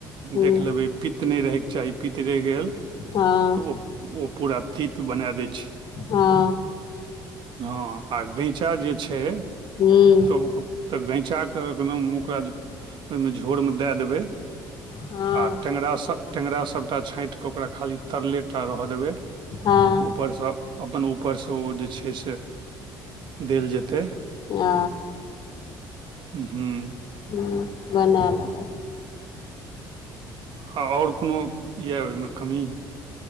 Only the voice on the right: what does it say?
देख लेबै पित्त नहि रहैके चाही। पित रहि गेल
तऽ ओ पूरा तित बना दै छै।
हँ, आ गैँचा जे छै।
त ओ तऽ गैँचाके एकदम ओकरा ओहिमे झोरमे दए देबै।
आ टेङ्गरा सभ टेङ्गरा सभटा छाँटि कऽ ओकरा खाली तरलेटा रहय देबै।
ऊपरसँ, अपन ऊपरसँ ओ जे छै से देल जेतै।
हुं
हं आओर कोनो यऽ ओहिमे कमी